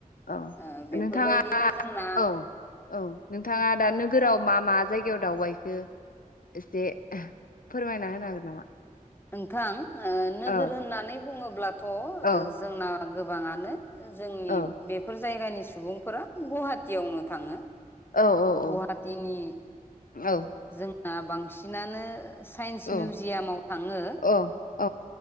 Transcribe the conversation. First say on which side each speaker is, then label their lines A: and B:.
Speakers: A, on the left; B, on the left.
A: औ
B: ओ बेफोरबायदिनो
A: नोंथाङा
B: जोंना
A: औ औ नोंथाङा दा नोगोराव मा मा जायगायाव दावबायखो एसे फोरमायना होनो हागोन नामा
B: नोंथां नोगोर
A: औ
B: होननानै बुङोब्लाथ'
A: औ
B: जोंना गोबाङानो जोंनि
A: औ
B: बेफोर जायगानि सुबुंफोरा गुवाहाटीयावनो थाङो
A: औ औ
B: गुवाहाटिनि
A: औ
B: जोंना बांसिनानो साइन्स
A: औ
B: मिउजियामाव थाङो
A: औ औ